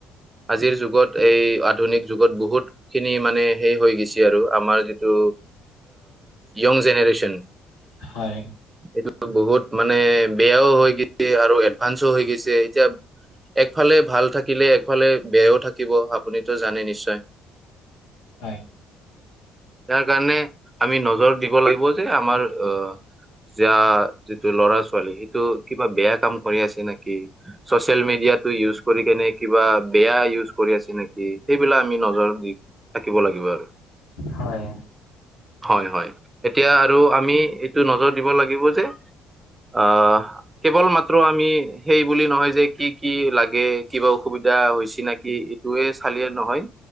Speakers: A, on the right; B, on the left.
A: আজিৰ যুগত এই আধুনিক যুগত বহুত খিনি মানে সেই হৈ- গৈছে আৰু আমাৰ যিটো য়ং জেনেৰেচন।
B: হয়।
A: এইটো বহুত মানে বেয়াও হৈ গৈছে আৰু এডভান্সোও হৈ গৈছে। এতিয়া- একফালে ভাল থাকিলে একফালে বেয়াও থাকিব, আপুনিটো জানে নিশ্চয়।
B: হয়।
A: তাৰ কাৰণে আমি নজৰ দিব লাগিব যে আমাৰ অহ- যা যিটো ল'ৰা ছোৱালী সেটো কিবা বেয়া কাম কৰি আছে নেকি? ছ'চিয়েল মিডিয়াটো ইউজ কৰি কিনে কিবা বেয়া ইউজ কৰি আছে নেকি? সেইবিলাক আমি নজৰ দি- থাকিব লাগিব আৰু।
B: হয়।
A: হয় হয়, এতিয়া আৰু আমি এইটো নজৰ দিব লাগিব যে আঁহ- কেৱল মাত্ৰ আমি সেই বুলি নহয় যে কি কি লাগে কিবা অসুবিধা হৈছে নে কি? সেইটোয়ে ছালে নহয়,